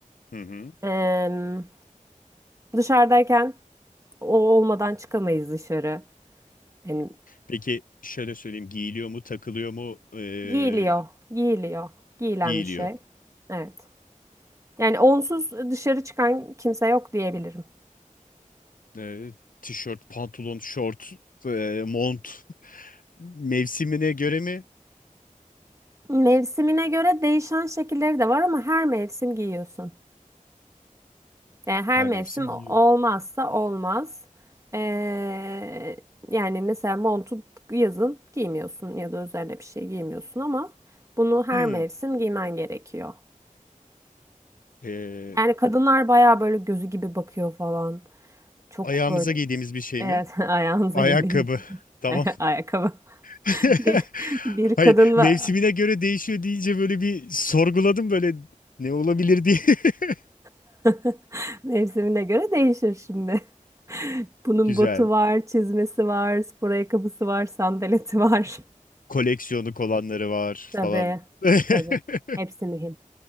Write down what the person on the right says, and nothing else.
Em, dışarıdayken o olmadan çıkamayız dışarı. Yani
giyiliyor, giyiliyor, giyilen
bir şey. Evet. Yani onsuz dışarı çıkan kimse yok diyebilirim.
Mevsimine göre değişen şekilleri de var ama her mevsim giyiyorsun. Yani her
mevsim
olmazsa
olmaz. Ee, yani mesela montu yazın giymiyorsun ya da üzerine bir şey giymiyorsun ama bunu her
mevsim giymen gerekiyor.
Yani kadınlar bayağı böyle gözü gibi bakıyor falan. Çok
böyle
evet
<laughs> ayağınıza
giydiğiniz
<laughs> ayakkabı.
Bir, bir kadın
var.
<laughs> Mevsimine göre değişir şimdi. <laughs> Bunun
botu var, çizmesi var, spor ayakkabısı var, sandaleti var.
Tabii,
tabii. Hepsi mühim.